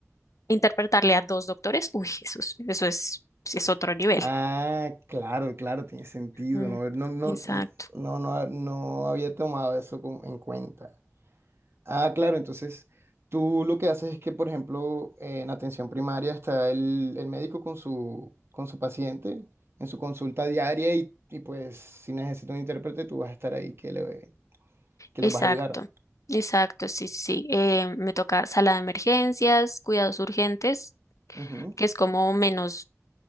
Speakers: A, on the left; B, on the right.
A: interpretarle a dos doctores, uy, eso es, eso es, es otro nivel.
B: Ah, claro, claro, tiene sentido.
A: Mm,
B: No, no, no,
A: exacto.
B: no, no, no había tomado eso como- en cuenta. Ah, claro, entonces tú lo que haces es que, por ejemplo, en atención primaria está el, el médico con su, con su paciente en su consulta diaria y, y, pues si necesita un intérprete tú vas a estar ahí que, le, que los
A: Exacto,
B: vas a ayudar.
A: exacto, sí, sí. sí. Eh, me toca sala de emergencias, cuidados urgentes,
B: Ujú,
A: que es como menos